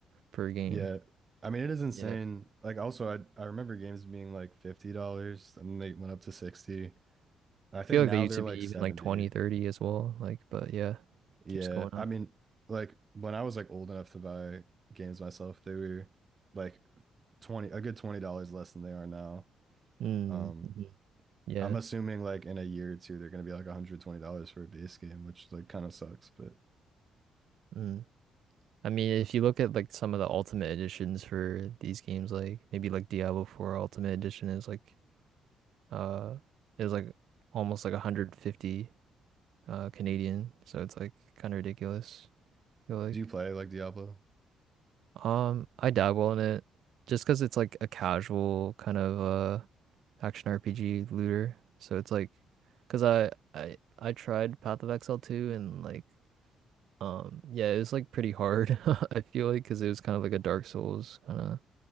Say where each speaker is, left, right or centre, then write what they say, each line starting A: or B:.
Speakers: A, on the right; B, on the right.
A: per game.
B: Yeah. I mean, it is insane.
A: Yeah.
B: Like, also, I I remember games being like $50 and they went up to 60. And I think
A: I feel
B: now
A: like they used
B: they're
A: to
B: like
A: be even
B: 70.
A: like 20, 30 as well. Like, but yeah,
B: Yeah,
A: keeps going up.
B: I mean, like when I was like old enough to buy games myself, they were like 20 a good $20 less than they are now.
A: Mm-hmm.
B: Um,
A: Yeah.
B: I'm assuming like in a year or two they're gonna be like $120 for a base game, which like kind of sucks, but
A: Mm. I mean, if you look at like some of the ultimate editions for these games, like maybe like Diablo 4 Ultimate Edition is like uh is like almost like 150 uh Canadian, so it's like kind of ridiculous, I feel like.
B: do you play like Diablo?
A: Um, I dabble in it just cause it's like a casual kind of uh action RPG looter. So it's like, cause I I I tried Path of Exile 2 and like um yeah, it was like pretty hard. <laughs> I feel like cause it was kind of like a Dark Souls kind of